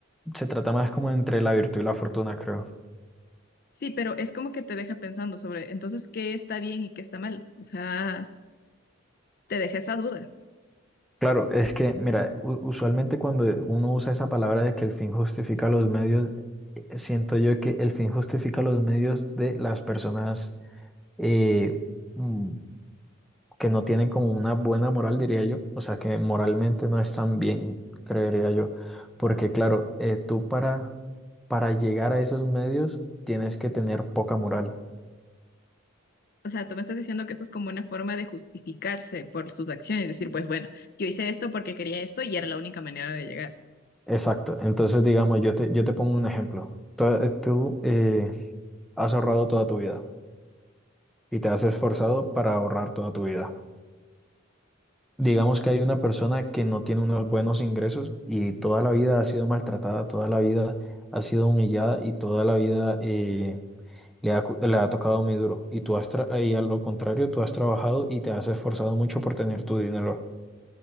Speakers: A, in the centre; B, on the left (about 45°).
A: se trata más como entre la virtud y la fortuna, creo.
B: Sí, pero es como que te deja pensando sobre entonces qué está bien y qué está mal. O sea, te deja esa duda.
A: Claro, es que, mira, u- usualmente cuando uno usa esa palabra de que el fin justifica los medios, eh, siento yo que el fin justifica los medios de las personas eh, mm, que no tienen como una buena moral, diría yo, o sea, que moralmente no están bien, creería yo, porque claro, eh, tú para, para llegar a esos medios tienes que tener poca moral.
B: O sea, tú me estás diciendo que esto es como una forma de justificarse por sus acciones, decir, pues bueno, yo hice esto porque quería esto y era la única manera de llegar.
A: Exacto, entonces digamos, yo te, yo te pongo un ejemplo. Tú, eh, tú, eh, has ahorrado toda tu vida y te has esforzado para ahorrar toda tu vida. Digamos que hay una persona que no tiene unos buenos ingresos y toda la vida ha sido maltratada, toda la vida ha sido humillada y toda la vida... eh, Le ha, cu- le ha tocado muy duro. Y tú has, tra- y a lo contrario, tú has trabajado y te has esforzado mucho por tener tu dinero.